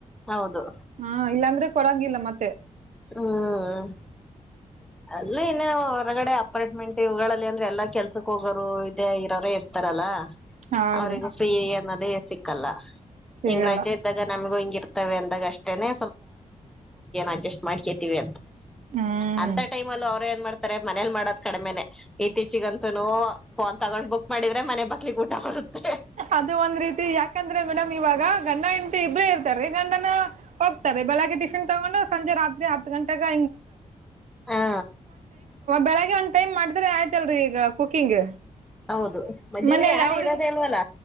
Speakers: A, in the centre; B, on the right.
A: ಹೌದು
B: <unintelligible> ಹಾ ಇಲ್ಲ ಅಂದ್ರ. ಕೊಡಂಗಿಲ್ಲ ಮತ್ತೆ.
A: ಹ್ಮ್ಮ್ ಅಲ್ಲೇ ಇನ್ನೂ ಹೊರಗಡೆ ಅಪಾರ್ಟ್ಮೆಂಟ್ ಇವಗಳಲ್ಲಿ ಅಂದ್ರೆ ಎಲ್ಲಾ ಕೆಲಸ ಹೋಗೋರು ಇದೆ ಇವರೇ ಇರ್ತಾರಲ್ಲ.
B: ಹೌದ್ರಿ
A: ಅವರಿಗೂ ಫ್ರೀ ಅನ್ನೋದ. <unintelligible> ಸಿಕ್ಕಲ್ಲ.
B: ಸಿಗಲ್ಲ
A: ಇಂಗ ರಜೆ ಇದ್ದಾಗ ನಮಗೂ ಹಿಂಗ ಇರ. ಸಿಗಲಾ ಅಂದಾಗ ಅಷ್ಟೆ ಎನೋ ಅಡ್ಜಸ್ಟ್ ಮಾಡ್ಕೋಳಿ ಮಾಡ್ಕೊಂತಿವೆ
B: ಹ್ಮ್
A: ಆಂಟ ಟೈಮ್ ಅಲಿ ಮನಾಲಿ ಮಾಡೋದು ಕಾಮಿನೆ ಎಚ್ಚಿಗೆ ಅಂತೋನು ಫೋನ್ ತಗಂಡೋ ಪುಸ್ತಕ ಮಾಡು ದೂರ ಮನೆಗೆ ಊಟ ಬರುತ್ತೆ
B: ಅದು ಒಂದ್ ರೀತಿ ಯಾಕಂದ್ರೆ ಮೇಡಮ್ ಇವಾಗ ಗಂಡ ಹೆಂಡತಿ ಹಿಬಾ ರೇ ಹೀರೋ ತಾರೆ ಬೆಳಗೆ ಟಿಫಿನ್ ತಗುಂಡು ಗೆ ಹಂತಕ್ಕೆ
A: ಹಾ
B: ಬೆಳಗೆ ಒಂದು ಸಮಯ ಮಾಡು ದೂರ ಆಯ್ತ್ ಲ್ರಿ ಈಗ ಕುಕಿಂಗ್
A: ಹೌದು ಮಧ್ಯಾಹ್ನ
B: ಮನೇಲಿ
A: ಯಾರು
B: ಅವ್ರಿಗೆ
A: ಇರೋದೇ ಅಲ್ವಲ್ಲ